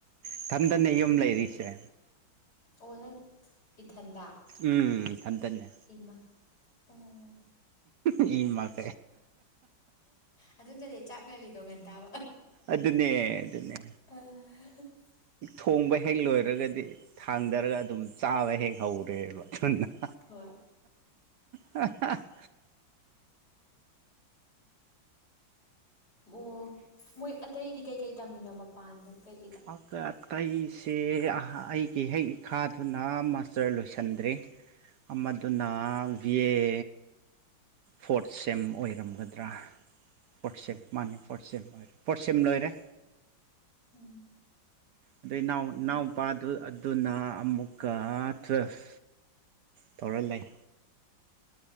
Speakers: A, on the right; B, on the left.
A: ꯏꯊꯟꯗꯅ ꯌꯨꯝ ꯂꯩꯔꯤꯁꯦ
B: ꯑꯣ ꯅꯪ ꯏꯊꯟꯗ
A: ꯎꯝ ꯏꯊꯟꯇꯅꯦ
B: ꯏꯃꯥ ꯑꯣ
A: ꯏ ꯃꯥ <unintelligible>
B: ꯑꯗꯨꯅꯅꯤ ꯆꯥꯛ ꯉꯜꯂꯤꯗꯣ ꯉꯟꯇꯥꯕ
A: ꯑꯗꯨꯅꯦ ꯑꯗꯨꯅꯦ
B: ꯑꯥ
A: ꯊꯣꯡꯕ ꯍꯦꯛ ꯂꯣꯏꯔꯒꯗꯤ ꯊꯥꯡꯊꯔꯒ ꯑꯗꯨꯝ ꯆꯥꯕ ꯍꯦꯛ ꯍꯧꯔꯦꯕ ꯑꯗꯨꯅ
B: ꯍꯣꯏ
A: ꯑ <unintelligible> ꯑ <unintelligible>
B: ꯑꯣ ꯃꯣꯏ ꯑꯇꯩꯗꯤ ꯀꯩꯀꯩ ꯇꯝꯃꯤꯅꯣ ꯃꯄꯥꯟꯗ ꯀꯩ
A: ꯑꯣꯒ <unintelligible> ꯑꯩꯁꯦ ꯑꯩꯒꯤ ꯍꯦꯛ ꯏꯈꯥꯗꯨꯅ ꯃꯥꯁꯇꯔ ꯂꯣꯏꯁꯟꯗ꯭ꯔꯤ ꯑꯃꯗꯨꯅ ꯕꯤ ꯑꯦ ꯐꯣꯔꯠ ꯁꯦꯝ ꯑꯣꯏꯔꯝꯒꯗ꯭ꯔꯥ ꯐꯣꯔꯠ ꯁꯦꯝꯝ ꯃꯥꯅꯦ ꯐꯣꯔꯠ ꯁꯤꯝ ꯂꯣꯏꯔꯦ ꯐꯣꯔꯠ ꯁꯤꯝ ꯂꯣꯏꯔꯦ
B: ꯎꯝ
A: ꯑꯗꯩ ꯅꯥꯎ
B: ꯑꯣ
A: ꯅꯥꯎ ꯅꯨꯄꯥꯗꯨ ꯑꯗꯨꯅ ꯑꯃꯨꯛꯀ ꯇꯨꯋꯦꯜꯐ ꯇꯩꯔ ꯂꯩ